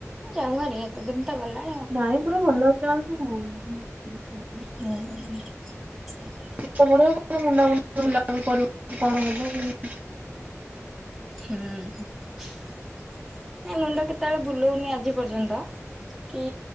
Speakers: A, in the centre; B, on the right.
A: ଯାଉହାରି, ଏତେ ଦିନ ତ ଗଲା।
B: ନାଇଁ ପୁରା ଭଲ ହେଇଯାଆନ୍ତୁ। <unintelligible>
A: ହୁଁ, ସେ ବ
B: ହାତ, ଗୋଡୋ, ମୁଣ୍ଡ ମୁଣ୍ଡି ବୁଲାବୁଲି କରିବ କି କଣ ହବ?
A: ହୁଁ। <unintelligible> ତେବେଳେ ବୁଲେଇନି ଆଜି ପର୍ଯ୍ୟନ୍ତ। କି